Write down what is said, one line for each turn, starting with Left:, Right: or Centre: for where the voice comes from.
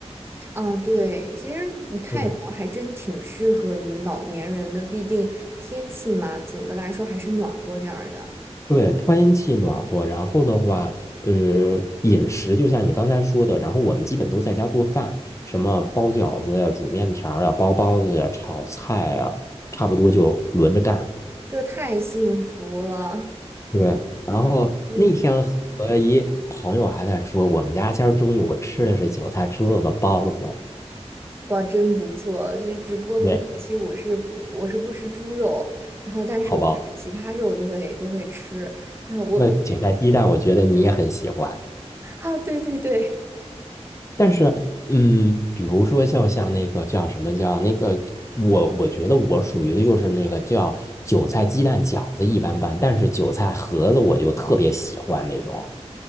Right: 啊，对，其实泰国还真挺适合于老年人的，
Left: 对。
Right: 毕竟天气嘛，总的来说还是暖和点儿的，
Left: 对，天气暖和，然后的话，嗯，饮食就像你刚才说的，然后我们基本都在家做饭，什么包饺子呀、煮面条儿呀、包包子呀、炒菜呀，差不多就轮着干。
Right: 这太幸福了，
Left: 对，然后那天和一朋友还在说，
Right: <laughs> 真的。
Left: 我们家今儿中午吃的是韭菜猪肉的包子，
Right: 哇，真不错，这只不过很可惜，
Left: 对，
Right: 我是不我是不吃猪肉，然后但是我是其他肉都会都会吃。
Left: 好包，
Right: 啊，我我
Left: 那韭菜鸡蛋，我觉得你也很喜欢。
Right: 啊，对对对，
Left: 但是，嗯，比如说像像那个叫什么叫那个，我我觉得我属于的就是那个叫韭菜鸡蛋饺子一般般，但是韭菜盒子我就特别喜欢那种。